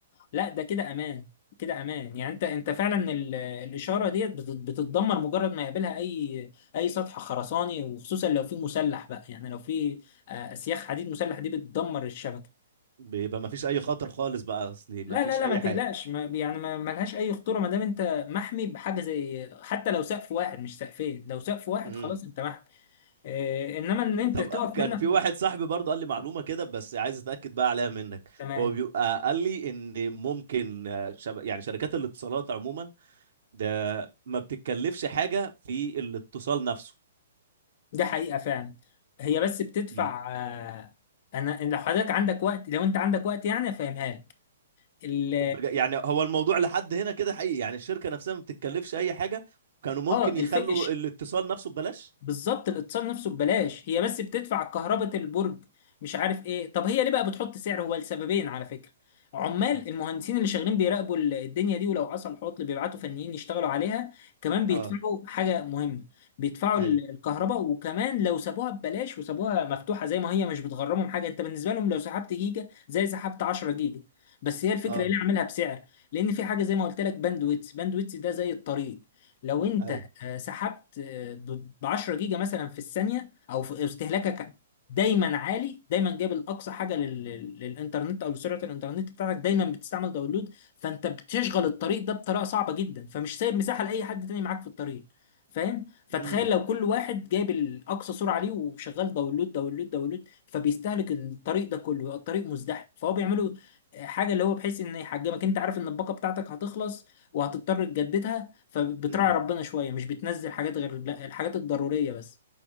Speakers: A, on the left (about 45°); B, on the right (about 55°).
A: لا ده كده امان كده امان يعني انت انت فعلا ال- الاشاره ديت بت- بتتدمر مجرد ما يقابلها اي اي سطح خرساني وخصوصا لو في مسلح بقى يعني لو في آه، اسياخ حديد مسلح دي بتدمر الشبكه
B: بيبقى ما فيش اي خطر خالص بقى اصلي ما
A: لا
B: فيش
A: لا لا
B: اي
A: ما تقلقش ما يعني ما ما لهاش اي خطوره ما دام انت محمي بحاجه زي حتى لو سقف واحد مش سقفين لو سقف واحد
B: حاجة
A: خلاص انت محمي آه، انما ان انت
B: طب
A: تقف
B: آه، كان
A: منك
B: في واحد صاحبي برضه قال لي معلومة كده بس عايز اتأكد بقى عليها منك
A: تمام
B: هو بيبقى قال لي ان ممكن آه، شب... يعني شركات الاتصالات عموما ده ما بتتكلفش حاجة في الاتصال نفسه
A: ده حقيقة فعلا هي بس بتدفع
B: ي-
A: آه، انا إن لو حضرتك عندك وقت لو انت عندك وقت يعني افهمها لك ال-
B: بج- يعني هو الموضوع لحد هنا كده حقيقي يعني الشركة نفسها ما بتتكلفش اي حاجة كانوا ممكن
A: اه الفقش
B: يخلوا الاتصال نفسه ببلاش
A: بالظبط الاتصال نفسه ببلاش هي بس بتدفع كهرباء البرج مش عارف ايه طب هي ليه بقى بتحط سعر هو لسببين على فكرة عمال
B: امم
A: المهندسين اللي شغالين بيراقبوا ال- الدنيا دي ولو حصل عطل بيبعتوا فنيين يشتغلوا عليها كمان بيدفعوا
B: اه
A: حاجة مهمة بيدفعوا
B: اي
A: ال- الكهرباء وكمان لو سابوها ببلاش وسابوها مفتوحة زي ما هي مش بتغرمهم حاجة انت بالنسبة لهم لو سحبت جيجا زي سحبت 10 جيجا بس هي الفكرة
B: اه
A: ايه اللي عاملها بسعر لان في حاجة زي ما قلت لك باندويتس باندويتس ده زي الطريق لو انت
B: اي
A: آه، سحبت آه، ب 10 جيجا مثلا في الثانيه او في استهلاكك دايما عالي دايما جايب الاقصى حاجه لل- لل- للانترنت او لسرعه الانترنت بتاعتك دايما بتستعمل داونلود فانت بتشغل الطريق ده بطريقه صعبه جدا فمش سايب مساحه لاي حد تاني معاك في الطريق فاهم فتخيل
B: امم
A: لو كل واحد جايب الاقصى سرعه ليه وشغال داونلود داونلود داونلود فبيستهلك الطريق ده كله يبقى الطريق مزدحم فهو بيعملوا آه، حاجه اللي هو بحيث ان يحجمك انت عارف ان الباقه بتاعتك هتخلص وهتضطر تجددها فبتراعي
B: امم
A: ربنا شوية مش بتنزل حاجات غير لا، الحاجات الضرورية بس